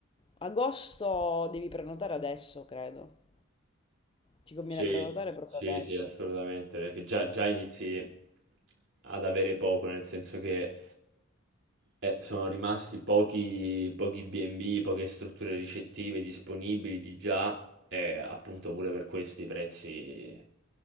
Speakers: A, on the left; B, on the right.
A: Agosto devi prenotare adesso, credo. Ti conviene
B: Sì,
A: prenotare proprio
B: sì,
A: adesso.
B: sì, assolutamente, perché già, già inizi ad avere poco, nel senso che eh, sono rimasti pochi, pochi B&B, poche strutture ricettive disponibili di già e appunto pure per questo i prezzi